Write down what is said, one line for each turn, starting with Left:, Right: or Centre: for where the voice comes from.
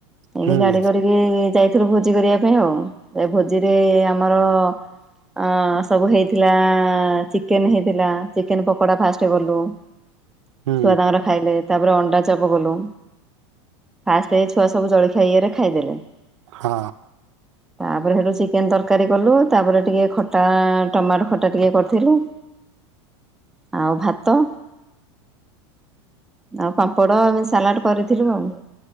Centre: ଏମିତି
Right: ହୁଁ
Centre: ଗାଡ଼ି କରିକି ଯାଇ ଥିଲୁ ଭୋଜି କରିବା ପାଇଁ ଆଉ। ଏ ଭୋଜିରେ ଆମର ଓ ସବୁ ହେଇଥିଲା ଆ, ଚିକେନ୍ ହେଇଥିଲା, ଚିକେନ୍ ପକୋଡା ଫାଷ୍ଟ କଲୁ। ଛୁଆ
Right: ହୁଁ
Centre: ତାଙ୍କର ଖାଇଲେ ତାପରେ ଅଣ୍ଡା ଚପ୍ କଲୁ। ଫାଷ୍ଟ ଏ ଛୁଆ ସବୁ ଜଳଖିଆ ଇଏରେ ଖାଇଦେଲେ।
Right: ହଁ।
Centre: ତାପରେ ସେଠୁ ଚିକେନ୍ ତରକାରୀ କଲୁ ତାପରେ ଟିକେ ଖଟା ଟମାଟୋ ଖଟା ଟିକେ କରିଥିଲୁ। ଆଉ ଭାତ। ଆଉ ପାମ୍ପଡ ଆମେ ସାଲାଡ କରିଥିଲୁ ଆଉ।